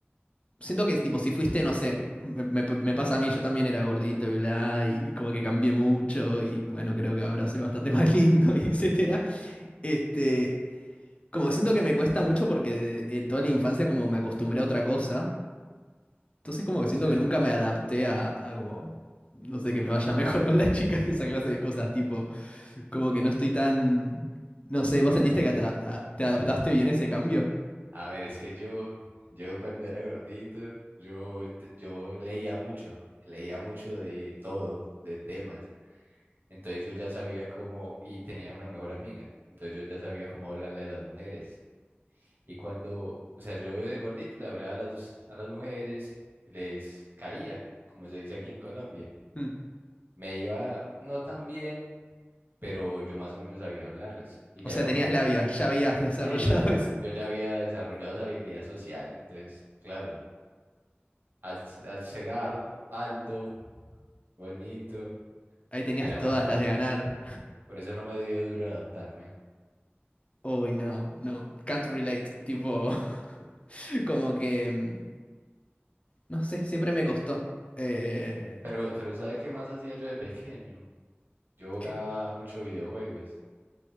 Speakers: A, on the left; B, on the right.
A: Siento que es tipo, si fuiste, no sé, me, me- me pasa a mí, yo también era gordito y bla, y como que cambié mucho, y bueno, creo que ahora soy bastante más lindo, <laughs> y etcétera. Este, como siento que me cuesta mucho porque de- de toda la infancia como me acostumbré a otra cosa. Entonces como que siento
B: Sí.
A: que nunca me adapté a, a como, no sé, que me vaya mejor con las chicas y esa clase de cosas, tipo, como que no estoy tan, no sé, ¿vos sentiste que te, a- te adaptaste bien a ese cambio?
B: A ver, es que yo, yo cuando era gordito, yo, ent- yo leía mucho, leía mucho de todo, de temas. Entonces yo ya sabía cómo, y tenía una mejor amiga, entonces yo ya sabía cómo hablarle a las mujeres. Y cuando, o sea, yo de gordito le hablaba a las, a las mujeres, les caía, como se dice aquí en Colombia.
A: Mm.
B: Me iba no tan bien, pero yo más o menos sabía hablarles. Y
A: O
B: ya
A: sea,
B: cuando,
A: tenías labia, ya habías desarrollado
B: sí, yo ya,
A: <laughs> eso.
B: yo ya había desarrollado esa habilidad social, entonces, claro, al, s- al ser ar- alto, bonito,
A: Ahí tenías
B: era
A: todas
B: más fácil.
A: las de ganar.
B: Por eso no me dio duro adaptarme.
A: Uy, no, no, can't relate, tipo, <laughs> como que, mm, no sé, siempre me costó. Eh,
B: Pero, pero ¿sabe qué más hacía yo de pequeño? Yo jugaba
A: que,
B: mucho videojuegos,